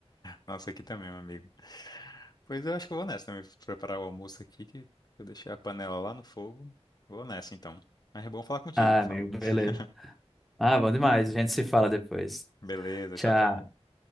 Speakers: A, on the left; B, in the centre.
A: Nossa, aqui também, meu amigo. Pois eu acho que eu vou nessa também, preparar o almoço aqui, que eu deixei a panela lá no fogo. Vou nessa então. Mas é bom falar contigo.
B: Ah,
A: falando.
B: amigo,
A: <laughs>
B: beleza. Ah, bom demais. A gente se fala depois.
A: Beleza,
B: Tchau.
A: tchau, tchau, amigo.